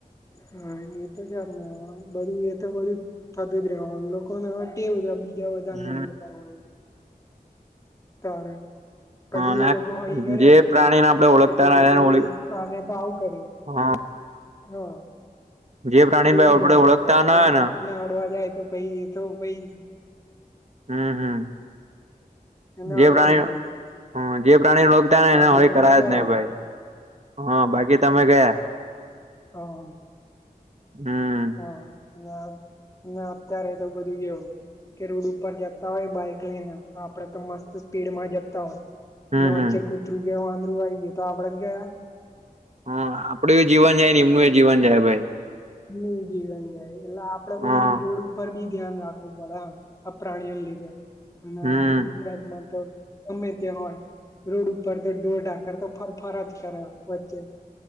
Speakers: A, on the left (about 20°); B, on the right (about 45°).
A: હા એ તો <unintelligible> બધું એ તો બધું થતું જ રહેવાનું લોકોને આ ટેવ છે બી એ બધાનું
B: હમ
A: નહીં લગાડવાનું તારે પછી
B: હ
A: એ લોકો હળી કરે
B: જે
A: કૂતરાઓને
B: પ્રાણીને આપણે ઓળખતા
A: પછી
B: ના
A: કે કે
B: એને
A: હવે
B: ઓળ
A: ઈ અમે તો આવું કરીએ
B: હા
A: હા
B: જે પ્રાણીને
A: એવી
B: આપડે
A: જ વાત
B: ઓળખતા
A: છે
B: ના
A: પઈ
B: હોય ને
A: સાપને અડવા જાય તો ભઈ એ તો ભઈ
B: હું હું
A: એને
B: જે
A: અડવાનું
B: પ્રાણી
A: જ નહી
B: અ જે પ્રાણી ને રોગ થાય
A: બાકી
B: એને હળી
A: તમે
B: કરાય
A: ગયા
B: જ નહીં ભાઈ હા બાકી તમે ગયા
A: હા
B: હમ
A: હા અને ને અત્યારે તો બધું કેવું કે રોડ ઉપર જતા હોય બાઈક લઈને આપડે તો મસ્ત સ્પીડ માં જતા હોય
B: હમ
A: અને વચ્ચે
B: હમ
A: કૂતરું કે વાંદરુ આઈ ગયું તો આપડે તો ગયા
B: હાં આપડુંય જીવનછે ને એમનુંય જીવન છે ને ભાઈ
A: નહી જીવન જાય એટલે આપડે બી
B: હા
A: રોડ ઉપર બી ધ્યાન રાખવું પડે એમ આ પ્રાણીઓને લીધે અને
B: હમ
A: ગુજરાતમાં તો ગમે ત્યાં હોય રોડ ઉપર તો ઢોરાકર તો ફરફર જ કરે વચ્ચે